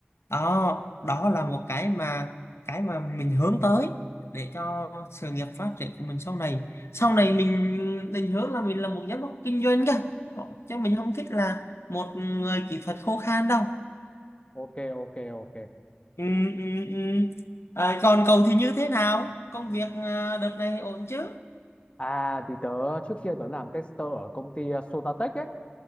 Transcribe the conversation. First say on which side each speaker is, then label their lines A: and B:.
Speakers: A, on the left (about 85°); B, on the left (about 30°).
A: đó đó là một cái mà cái mà mình hướng tới để cho sự nghiệp phát triển của mình sau này sau này mình định hướng là mình là một giám đốc kinh doanh cơ chứ mình không thích là một người kỹ thuật khô khan đâu
B: ok ok ok
A: ừ, ừ, ừ. À, còn cậu thì như thế nào công việc à, đợt này ổn chứ
B: à thì tớ trước kia tớ làm tester ở công ty ờ, Sotatech ấy